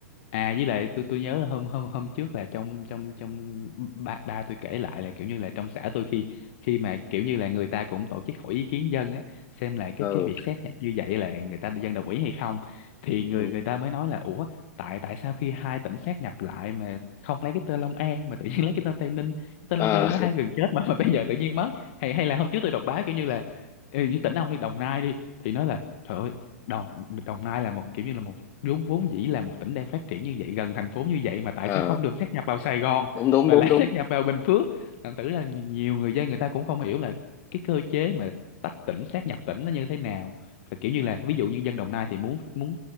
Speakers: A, on the left; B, on the left.
A: à với lại tôi tôi nhớ là hôm hôm hôm trước là trong trong trong ba ba tôi kể lại là kiểu như là trong xã tôi khi khi mà kiểu như là người ta cũng tổ chức hỏi ý kiến dân á xem là cái
B: ừ,
A: cái việc xét nhập như vậy là người ta dân đồng ý hay không thì người
B: ừ.
A: người ta mới nói là ủa tại tại sao khi hai tỉnh xét nhập lại mà không lấy cái tên Long An mà tự nhiên <laughs> lấy cái tên Tây Ninh cái tên
B: Ờ,
A: Long An nó hai gần chết mà, mà bây giờ tự nhiên mất hay hay là hôm trước tôi đọc báo kiểu như là ừ, như tỉnh ông đi Đồng Nai đi thì nói là trời ơi Đồng Đồng Nai là một kiểu như là một vốn vốn dĩ là một tỉnh đang phát triển như vậy gần thành phố như vậy mà tại
B: ờ,
A: sao không được sát nhập vào Sài Gòn
B: đúng đúng
A: mà
B: đúng
A: lại
B: đúng
A: <laughs> sát nhập vào Bình Phước thành thử là nhi- nhiều người dân người ta cũng không hiểu là cái cơ chế mà tách tỉnh sát nhập tỉnh nó như thế nào và kiểu như là ví dụ như dân Đồng Nai thì muốn muốn